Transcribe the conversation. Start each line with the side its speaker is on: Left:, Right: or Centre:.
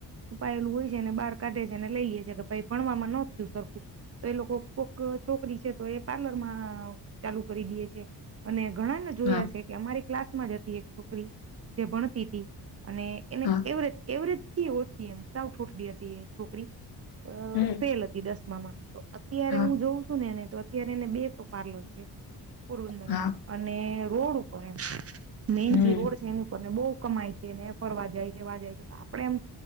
Right: છુપાયેલું હોય છે, ને બહાર કાઢે છે, ને લઈ લ્યે છે, કે ભઈ ભણવામાં ન થ્યું સરખું તો એ લોકો કોક અ છોકરી છે, તો એ પાર્લર મા ચાલુ કરી દીએ છે. અને ઘણા ને જોયા
Left: હા
Right: છે, કે અમારી ક્લાસમાં જ હતી એક છોકરી, જે ભણતીતી અને એને
Left: હા
Right: એવરેજ એવરેજ થી ઓછી એમ, સાવ ઠોઠડી હતી એ છોકરી અ
Left: હમ
Right: ફેલ હતી દસમામાં તો અત્યારે
Left: હા
Right: હું જોઉં છું ને એને તો અત્યારે એને બે તો પાર્લર છે, પોરબંદરમાં
Left: હા
Right: અને રોડ ઉપર એમ મેઈન
Left: હમ
Right: જે રોડ છે, એની ઉપર ને બો કમાય છે, ને ફરવા જાય છે, વા જાય છે, આપડે એમ